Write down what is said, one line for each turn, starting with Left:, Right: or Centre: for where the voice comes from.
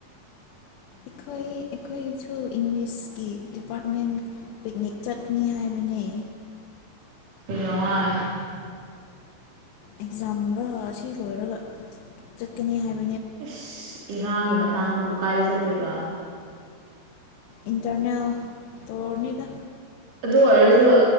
Left: ꯑꯩꯈꯣꯏ ꯑꯩꯈꯣꯏꯁꯨ ꯏꯪꯂꯤꯁꯀꯤ ꯗꯤꯄꯥꯔꯠꯃꯦꯟ ꯄꯤꯛꯅꯤꯛ ꯆꯠꯅꯤ ꯍꯥꯏꯕꯅꯤ
Right: ꯀꯩꯗꯧ ꯉꯩ?
Left: ꯑꯦꯛꯖꯥꯝ ꯑꯁꯤ ꯂꯣꯏꯔꯒ ꯆꯠꯀꯅꯤ ꯍꯥꯏꯕ
Right: ꯑꯁ ꯏꯔꯥꯡꯒꯤ ꯃꯇꯥꯡꯗꯕꯨꯨ ꯀꯥꯏꯗ ꯆꯠ ꯇꯣꯏꯕ?
Left: ꯏꯟꯇꯔꯅꯦꯠ ꯇꯧꯔꯅꯤꯗ꯫
Right: ꯑꯗꯨ ꯑꯣꯏꯔꯁꯨ